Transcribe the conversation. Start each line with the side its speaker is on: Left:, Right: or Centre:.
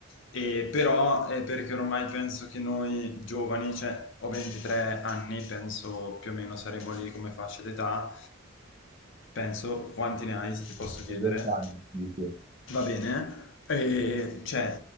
Left: e però è perché ormai penso che noi giovani, cioè ho 23 anni, penso più o meno saremo lì come fascia d'età Penso, quanti ne hai, se ti posso chiedere?
Right: vent'anni, sì, sì.
Left: Va bene, eh, cioè,